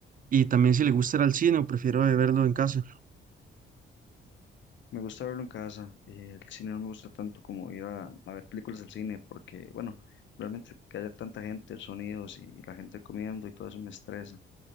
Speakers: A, on the right; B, on the left.
A: y también si le gusta ir al cine o prefiere verlo en casa.
B: Me gusta verlo en casa. eh, el cine no me gusta tanto como ir a, a ver películas al cine, porque, bueno, realmente que haya tanta gente, sonidos y la gente comiendo y todo eso me estresa.